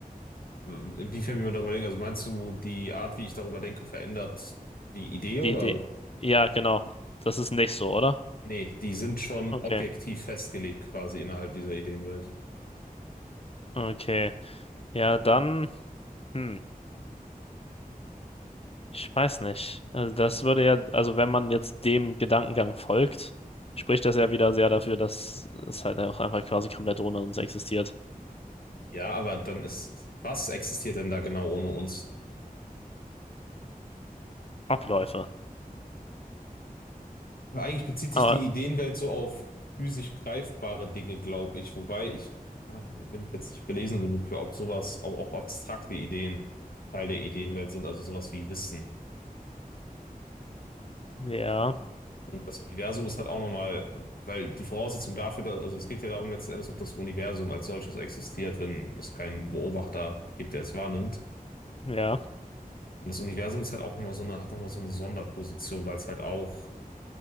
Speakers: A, on the left (about 75°); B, on the left (about 40°).
A: Inwiefern, wie man darüber denkt? Also meinst du, die Art, wie ich darüber denke, verändert die Idee oder?
B: die Idee? Ja, genau. Das ist nicht so, oder?
A: Nee, die sind schon
B: Okay.
A: objektiv festgelegt quasi innerhalb dieser Ideenwelt.
B: Okay. Ja, dann, hm, ich weiß nicht. Also das würde ja, also wenn man jetzt dem Gedankengang folgt, spricht das ja wieder sehr dafür, dass es halt auch einfach quasi komplett ohne uns existiert.
A: Ja, aber dann ist, was existiert denn da genau ohne uns?
B: Abläufe.
A: Eigentlich bezieht
B: Aber
A: sich die Ideenwelt so auf physisch greifbare Dinge, glaube ich. Wobei ich, ah, bin ich jetzt nicht belesen genug für, ob sowas, auch, auch abstrakte Ideen Teil der Ideenwelt sind, also sowas wie Wissen.
B: ja,
A: Und das Universum ist halt auch nochmal, weil die Voraussetzung dafür, dass, also es geht ja darum letzten Endes, ob das Universum als solches existiert, wenn es keinen Beobachter gibt, der es wahrnimmt.
B: ja,
A: Und das Universum ist halt auch nochmal so eine, hat nochmal so eine Sonderposition, weil es halt auch,